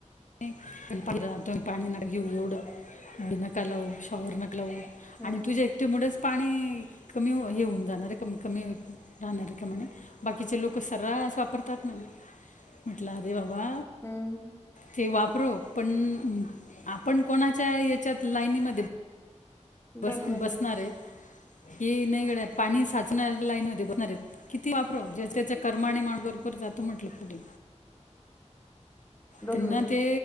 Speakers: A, on the left; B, on the left.
A: <unintelligible> तुम्ही पाणी नका घेऊ एवढं. <unintelligible> नका लावू. शॉवर नक लाऊ. आणि
B: हम्म
A: तुझ्या एकटी मुळेच पाणी कमी हे होऊन जाणारे कमी. कमी राहणारय का म्हणे? बाकीचे लोकं सर्रास वापरतात म्हने. म्हटलं अरे बाबा
B: हम्.
A: ते वापरो. पण आपण कोणाच्या, याच्यात लाईनीमध्ये बस
B: बरोबर
A: - बसणारयत,
B: आहे.
A: की नाही गड्या पाणी साचणार लाईन मधे होणारयत. किती वापरो. ज्याच्या - त्याच्या कर्माने माणूस बरोब्बर जातो म्हटलं, पुढे.
B: बरोबरय.
A: त्यांना ते